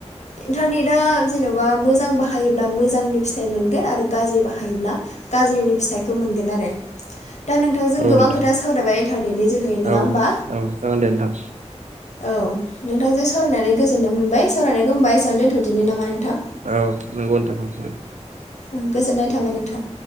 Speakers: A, on the left (about 75°); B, on the right (about 80°).
A: इन्टारनेटआ जेन'बा मोजां बाहायोब्ला मोजांनि फिथाइ मोनगोन आरो गाज्रि बाहायोब्ला गाज्रिनि फिथाइखौ मोनगोन आरो। दा नोंथांजों
B: औ
A: गोबां
B: नोंथां
A: खोथा सावरायबाय इन्टारनेटनि जोहै नङा
B: औ
A: होमबा?
B: जागोन दे नोंथां
A: औ नोंथांजों सावरायनानै गोजोननाय मोनबाय। सावरायनायखौ होमबा एसेआवनो दोन्थ'दिनि नामा नोंथां?
B: औ नोंगौ नोंथां औ दे।
A: ओं गोजोननाय थाबाय नोंथां।